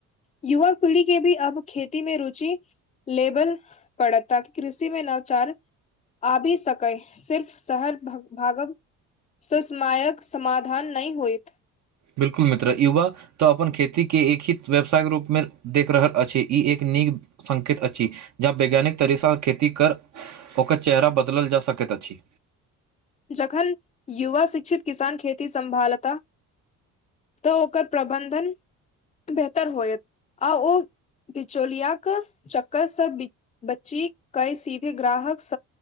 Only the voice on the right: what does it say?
बिल्कुल मित्र युवा तऽ अपन खेतीके एक ही व्यवसायके रूपमे देख रहल अछि ई एक नीक संकेत अछि जह वैज्ञानिक तरसा खेती कर ओकर चेहरा बदलल जा सकैत अछि